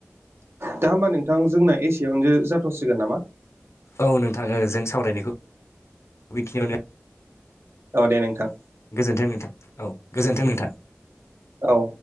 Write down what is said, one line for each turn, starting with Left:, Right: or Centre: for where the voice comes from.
Right: दा होमबा नोंथां जोंना एसेआवनो जाथ'सिगोन नामा
Left: औ नोंथां जों सावरायनायखौ बेखिनियावनो
Right: औ दे नोंथां।
Left: गोजोन्थों नोंथां। औ गोजोन्थों नोंथां
Right: औ